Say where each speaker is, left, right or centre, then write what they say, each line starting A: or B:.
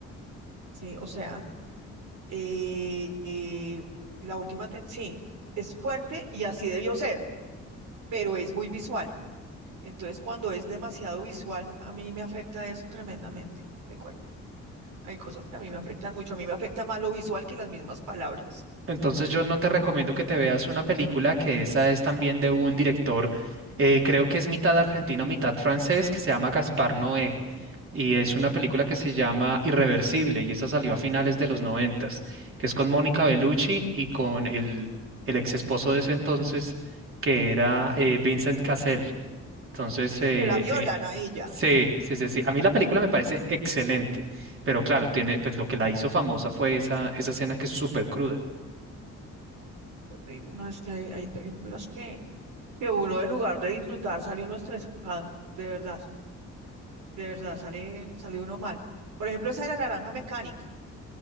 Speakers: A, on the right; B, on the right.
A: sí, o sea, eh, eh, la última, ten- sí, es fuerte y así debió ser, pero es muy visual, entonces cuando es demasiado visual, a mí me afecta eso tremendamente, te cuento. Hay cosas que a mí me afectan mucho. A mí me afecta más lo visual que las mismas palabras.
B: Entonces yo no te recomiendo que te veas una película que esa es también de un director, eh, creo que es mitad argentino, mitad francés, que se llama Gaspar Noé. Y es una película que se llama Irreversible, y esa salió a finales de los noventas, que es con Mónica Bellucci y con el, el ex esposo de ese entonces, que era eh, Vincent Cassel. Entonces, eh,
A: Que la violan
B: eh,
A: a ella.
B: sí, sí, sí, sí. A mí la película me parece excelente, pero claro, tiene, pues lo que la hizo famosa fue esa, esa escena que es súper cruda.
A: Terrible. No, es que hay, hay películas que, que uno, en lugar de disfrutar, sale uno estresado. De verdad, de verdad, sale, sale uno mal. Por ejemplo, esa de la naranja mecánica.